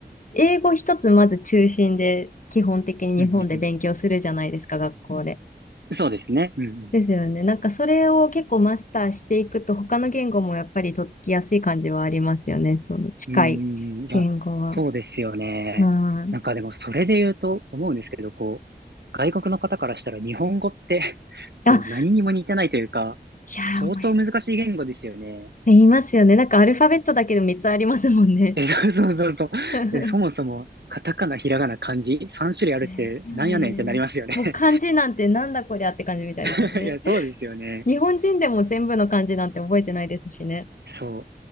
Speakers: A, on the left; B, on the right.
A: 英語一つまず中心で、基本的に日本で勉強するじゃないですか、
B: うんうん
A: 学校で。
B: うん。そうですね。うんうん。
A: ですよね。なんか、それを結構マスターしていくと、他の言語もやっぱりとっつきやすい感じはありますよね。その近い言語は。
B: うーん、いや、そうですよね。
A: うん。
B: なんかでもそれで言うと思うんですけど、こう、外国の方からしたら日本語って <laughs> こう、
A: あ、
B: 何にも似てないというか、
A: いやー、
B: 相当難しい言語ですよね。
A: 思い言いますよね。なんか、アルファベットだけで3つありますもんね。
B: え、そうそうそうそう。
A: <laughs>
B: えそもそも、カタカナ、ひらがな、漢字、3種類あるってなんやねんってなりますよね。
A: ねえだよね。もう漢字なんてなんだこりゃって感じみたいですもんね。
B: <laughs> いや、そうですよね。
A: 日本人でも全部の漢字なんて覚えてないですしね。
B: そう。